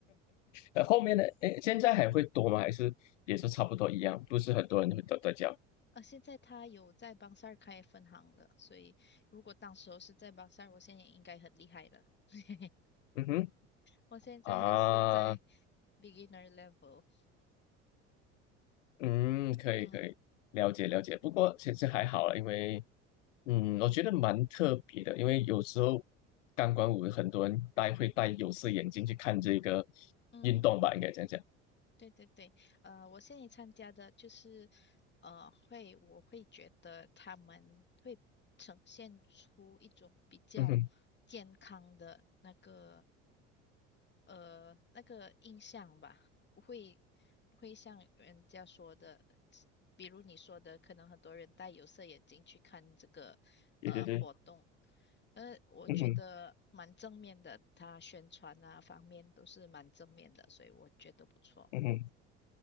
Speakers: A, on the left; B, on the left.
A: 呃，后面的诶，现在还会多吗？还是也是差不多一样？不是很多人会都在教。
B: 呃，现在他有在邦塞尔开分行了，所以如果当时候是在邦塞尔我现在也应该很厉害了。<laughs>
A: 嗯哼，
B: 我现在还是在
A: 啊，
B: beginner level。
A: 嗯，可以可以，
B: 嗯。
A: 了解了解。不过其实还好了，因为嗯，我觉得蛮特别的，因为有时候钢管舞很多人戴会戴有色眼镜去看这个
B: 嗯，
A: 运动吧，应该这样讲。
B: 对对对，呃，我现在参加的就是，呃，会我会觉得他们会呈现出一种比较健康的那个
A: 嗯哼，
B: 呃那个印象吧，不会不会像人家说的，比如你说的，可能很多人戴有色眼镜去看这个呃活动，
A: 对对对，
B: 呃，我觉得蛮正面的，
A: 嗯哼
B: 他宣传啊方面都是蛮正面的，所以我觉得不错。
A: 嗯哼。